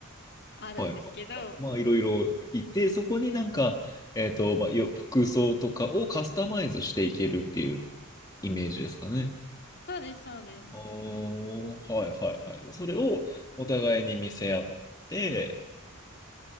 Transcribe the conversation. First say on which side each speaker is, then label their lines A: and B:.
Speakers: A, on the left; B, on the left.
A: あるんですけど、
B: はいはいはい。まあ、いろいろいて、そこになんか、えっと、まあ、よ、服装とかをカスタマイズしていけるっていうイメージですかね。
A: そうです、そうです。
B: おあ、はいはいはい。それをお互いに見せ合って、